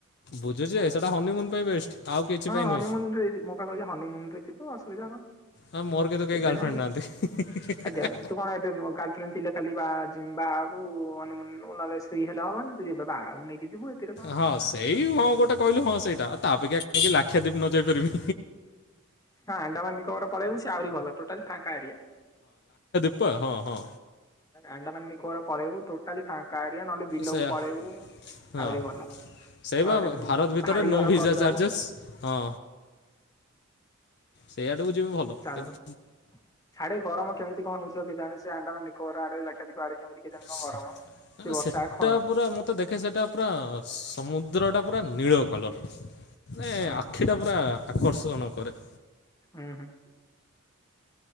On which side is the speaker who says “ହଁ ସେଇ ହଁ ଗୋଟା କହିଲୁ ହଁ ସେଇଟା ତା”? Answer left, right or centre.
Left